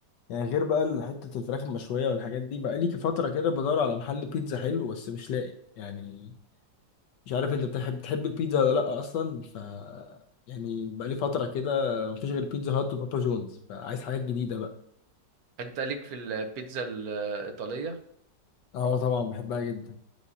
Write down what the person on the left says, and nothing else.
يعني غير بقى حته الفراخ المشويه والحاجات دي بقى لي فتره كده بدور على محل بيتزا حلو بس مش لاقي يعني مش عارف انت بتحب بتحب البيتزا ولا لا اصلا ف يعني بقالي فتره كده مفيش غير بيتزا هات وبابا جونز فعايز حاجات جديده بقى
اه طبعا بحبها جدا